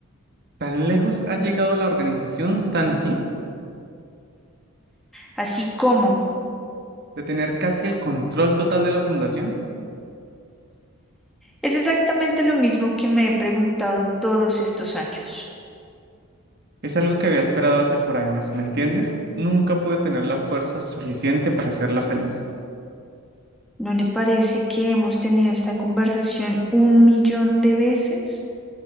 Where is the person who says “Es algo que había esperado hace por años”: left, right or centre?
Right